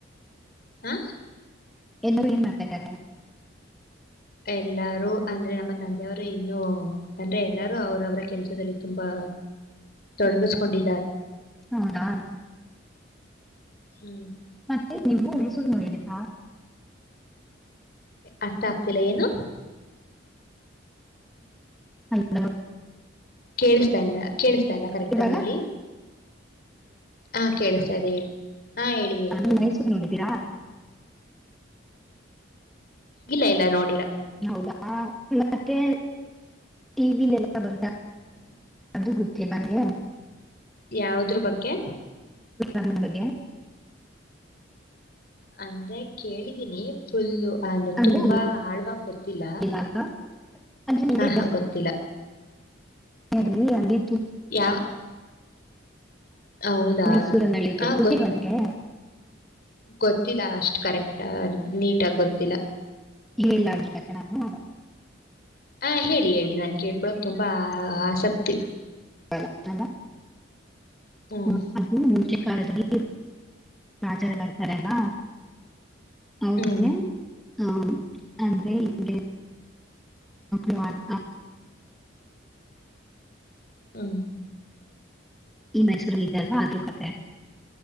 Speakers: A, on the left; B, in the centre.
A: ಹ
B: ಎಲ್ಲರೂ ಏನ್ ಮಾಡ್ತಾ ಇದ್ದಾರೆ
A: ಎಲ್ಲಾರು ಅಂದ್ರೆ ನಮ್ಮ ತಂದೆಯವರು ಇನ್ನುೂ ಅಂದ್ರೆ ಎಲ್ಲಾರು ಅವ್ರ ಅವರ ಕೆಲ್ಸದಲ್ಲಿ ತುಂಬಾ ತೊಡಗಿಸ್ಕೊಂಡಿ
B: ಹೌದಾ
A: ಹು
B: ಮತ್ತೆ ನೀವು ಮೈಸೂರು ನೋಡಿದಿರಾ
A: ಅರ್ಥ ಆಗ್ತಿಲ್ಲ ಏನು
B: ಹಲೋ
A: ಕೇಳುಸು ಲ್ಲ ಕೇಳಿಸತಾಲ್ಲ ಕರೆಕ್ಟ್
B: ಇವಾಗ
A: ಆಗ ಹೇಳಿ ಹ ಕೇಳತ ಸರಿ ಹೇಳಿ ಹಾ ಹೇಳಿ ಹೇಳಿ
B: ನಾನು
A: ಹೇಳಿ
B: ಮೈಸೂರು ನೋಡಿದೀರಾ
A: ಇಲ್ಲ ಇಲ್ಲ ನೋಡಿಲ್ಲ
B: ಹೌದಾ ಮತ್ತೆ ಟಿವಿಲೆಲ್ಲ ಬರ್ತ
A: ಹ
B: ಅದು ಗೊತ್ತಿಲ್ಲ ನಂಗೆ
A: ಯಾವುದ್ರು ಬಗ್ಗೆ
B: ನನ್ನ ಬಗ್ಗೆ
A: ಅಂದ್ರೆ ಕೇಳಿದೀನಿ ಫುಲ್ಲು ಆ ಲೇ
B: ಅಂದ್ರೆ
A: ತುಂಬಾ ಆಳ್ವಾವಾಗಿ ಗೊತ್ತಿಲ್ಲ
B: ಅಲ್ಲ ಅಲ್ವಾ ಅಂದ್ರೆ ನಿಮಗೆ
A: ಹ ಹಾ ಗೊತ್ತಿಲ್ಲ
B: ರಿಅಲ್ಲಿದ
A: ಯ ಹೌದಾ
B: ಮೈಸೂರಲ್ಲಿ ನಡೆಯುತ್ತೆ
A: ಹ
B: ಗೊತ್ತಿಲ್ವಾ
A: ಗೊ
B: ನಿಂಗೆ
A: ಗೊತ್ತಿಲ್ಲ ಅಷ್ಟು ಕರೆಕ್ಟ ನೀಟ್ ನೀಟಾಗಿ ಗೊತ್ತಿಲ್ಲ
B: ಹೇಳಲಾ ಅದರ ಬಗ್ಗೆ ನಾನು
A: ಹಾ ಹೇಳಿ ಹೇಳಿ ಇದನ್ ಕೇಳ್ಕೊಕ್ ತುಂಬಾ ಆಸಕ್ತಿ
B: ಅಲ್ಲ ಅಲ್ವಾ
A: ಹ್ಮ್
B: ಹ ಅದು ಮುಂಚೆ ಕಾಡಲ್ಲಿ ರಾಜರತ್ತರಲ್ಲ ಹೌದು
A: ಹ್ಮ್
B: ಬೆ ಹ ಆದ್ರೆ ಹಿಂಗೇ ಇವಾಗ್ಲೂ
A: ಹ
B: ಈ ಮೈಸೂರಿಲ್ಲಿ ಇದ್ದಲ್ವಾ ಅದೂ ಕತೆ